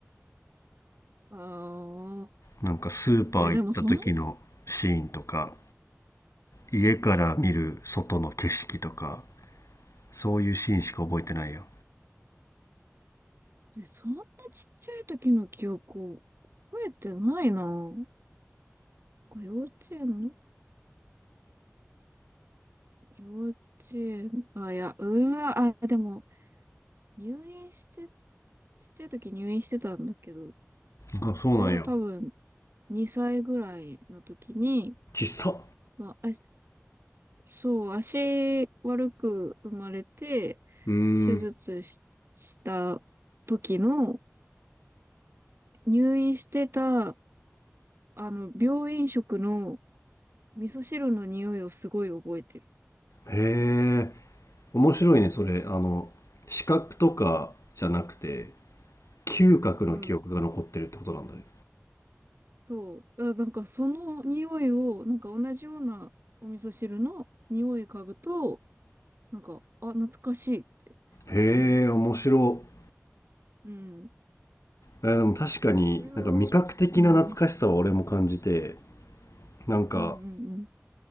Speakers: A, on the right; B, on the left.
A: あ、
B: なんかスーパー行った時のシーンとか、
A: え、でもそんな、
B: 家から見る外の景色とか、そういうシーンしか覚えてないよ。
A: そんなちっちゃい時の記憶を覚えてないな。これ幼稚園の幼稚園、あ、いや、うわ、あ、でも、入院して、ちっちゃい時入院してたんだけど、
B: あ、そうなんや。
A: それが多分、2歳ぐらいの時に、
B: ちっさ
A: まあ、あ、そう、足悪く生まれて、
B: うーん。
A: 手術し、した時の、入院してた、あの、病院食の味噌汁の匂いをすごい覚えてる。
B: へえ。面白いね、それ。あの、視覚とかじゃなくて、嗅覚の記憶が残ってるってことなんだね。
A: うん。そう。あなんかその匂いを、なんか同じようなお味噌汁の匂い嗅ぐと、なんか、あ、懐かしいって
B: へえ、
A: 思う。
B: 面白い。
A: うん。
B: えーでも確かになんか味覚的な懐かしさは俺も感じて、
A: そう、それは、うん。
B: なんか、
A: うんうんうん。